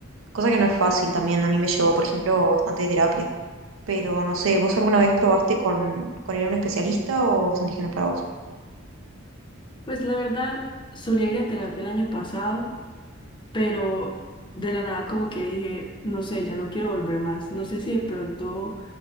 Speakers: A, on the right; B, on the left.
A: cosa que no es fácil también. A mí me llevó, por ejemplo, bastante terapia. Pero no sé, ¿vos alguna vez probaste con, con ir a un especialista o sentís que no es para vos?
B: Pues la verdad, solía ir a terapia el año pasado, pero de la nada como que dije, no sé, ya no quiero volver más. No sé si de pronto